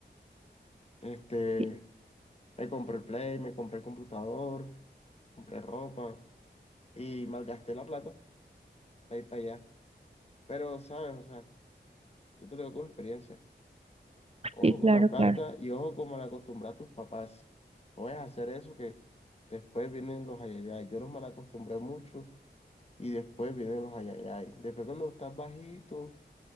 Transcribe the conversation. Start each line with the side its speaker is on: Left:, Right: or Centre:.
Left: Este,
Right: Sí,
Left: me compré el Play, me compré el computador, compré ropa y malgasté la plata para ir para allá. Pero, ¿sabes? O sea, yo te lo digo con experiencia. Ojo
Right: sí, claro,
Left: con la plata
Right: claro,
Left: y ojo como la acostumbra a tus papás. No vayas a hacer eso que después vienen los ayayay. Yo los mal acostumbré mucho y después vienen los ayayay. Después cuando estás bajito,